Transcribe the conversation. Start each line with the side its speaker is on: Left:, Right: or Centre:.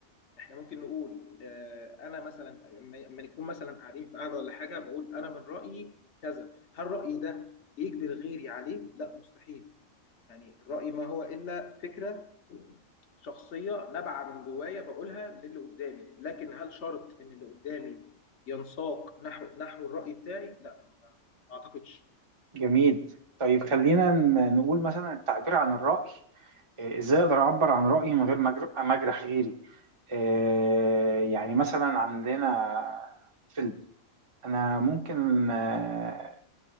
Left: احنا ممكن نقول آه، انا مثلا لما لما نكون مثلا قاعدين في قعده ولا حاجه بقول انا من رايي كذا هل رايي ده بيجبر غيري عليه لا مستحيل يعني الراي ما هو الا فكره شخصيه نابعه من جوايا بقولها للي قدامي لكن هل شرط ان اللي قدامي ينساق نحو نحو الراي بتاعي لا ما اعتقدش
Right: جميل طيب خلينا ن- نقول مثلا التعبير عن الرأي آه، ازاي اقدر اعبر عن رأيي من غير ما أجر- ما اجرح غيري آه، يعني مثلا عندنا فيلم انا ممكن آه،